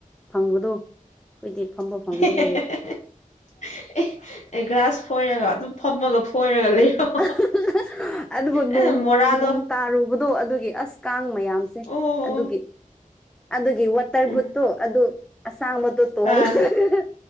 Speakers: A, in the centre; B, on the left (about 55°).
A: ꯐꯪꯕꯗꯣ ꯑꯩꯈꯣꯏꯗꯤ ꯐꯝꯕ ꯐꯪꯗꯦ
B: ꯍꯦꯍꯦꯍꯦ ꯑꯦ ꯑꯦ ꯒ꯭ꯂꯥꯁ ꯐꯣꯏꯔꯒ ꯑꯗꯨꯝ ꯐꯝꯃꯒ ꯐꯣꯏꯔꯒ ꯂꯩꯔꯣ
A: <unintelligible> ꯑꯗꯨꯕꯨ ꯅꯣꯡ
B: ꯑꯦ ꯃꯣꯔꯥꯗꯣ
A: ꯅꯣꯡ ꯇꯥꯔꯨꯕꯗꯣ ꯑꯗꯨꯒꯤ ꯑꯁ ꯀꯥꯡ ꯃꯌꯥꯝꯁꯦ
B: ꯑꯣ
A: ꯑꯗꯨꯒꯤ ꯑꯗꯨꯒꯤ ꯑꯣꯠꯇꯔꯕꯨꯠꯇꯨ
B: ꯎꯝ
A: ꯑꯗꯨ ꯑꯁꯥꯡꯕꯗꯣ ꯇꯣꯡꯉꯒ
B: ꯑꯥ